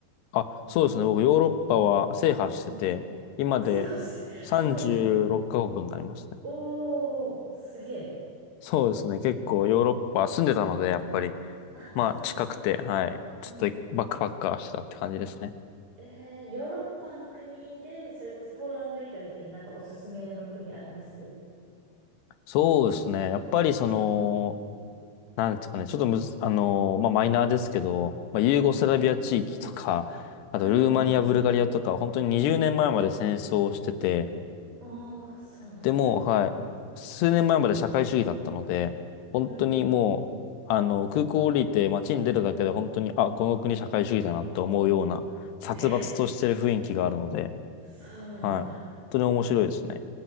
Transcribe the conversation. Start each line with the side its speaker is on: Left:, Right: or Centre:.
Left: あ、そうですね。僕、ヨーロッパは制覇してて、
Right: うん。
Left: 今で
Right: あ、制覇して、<laughs>
Left: 36カ国になりますね。
Right: すごいな。おー、すげえ。
Left: そうですね。結構ヨーロッパ住んでたので、やっぱり、
Right: あ、
Left: まあ、
Right: そっかそっかそっか。
Left: 近くて、はい。
Right: うん。
Left: ちょっとバックパッカーしてたって感じですね。
Right: えー、ヨーロッパの国で、それこそポーランド以外でなんかおすすめの国あります
Left: そうですね。やっぱりその、
Right: うん。
Left: なんですかね、ちょっとむず、あのーまあ、マイナーですけど、まあ、ユーゴスラビア地域とか、
Right: うん。
Left: あとルーマニア、
Right: はいはいはい。
Left: ブルガリアとか、本当に20年前まえまで戦争をしてて、
Right: ああ、そうなんだ。
Left: でもう、はい、数年前まで社会主義だったので、本当にもう、
Right: うん。
Left: あの、空港降りて街に出るだけで本当に、あ、この国社会主義だなって思うような、殺伐としてる雰囲気があるので、
Right: えそうなんだ。
Left: はい、本当に面白いですね。